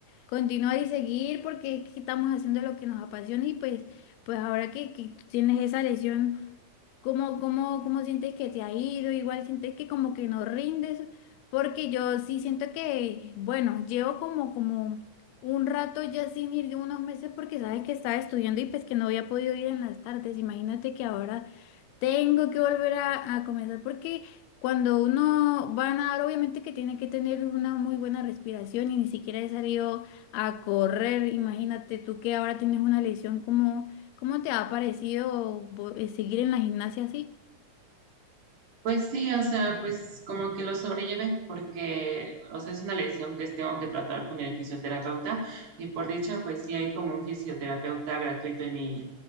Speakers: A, on the left (about 80°); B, on the right (about 80°).
A: Continuar y seguir porque es que estamos haciendo lo que nos apasiona y pues, pues ahora que, que tienes esa lesión. ¿Cómo, cómo, cómo sientes que te ha ido? Igual sientes que como que no rindes, porque yo sí siento que, bueno, llevo como, como un rato ya sin ir de unos meses porque sabes que estaba estudiando y pues que no había podido ir en las tardes. Imagínate que ahora tengo que volver a, a comenzar porque cuando uno va a nadar, obviamente que tiene que tener una muy buena respiración y ni siquiera he salido a correr. Imagínate tú que ahora tienes una lesión, ¿cómo, cómo te ha parecido vo- eh, seguir en la gimnasia así?
B: Pues sí, o sea, pues como que lo sobrellevé porque, o sea, es una lesión que tengo que tratar con el fisioterapeuta y por dicha, pues sí hay como un fisioterapeuta gratuito en mi,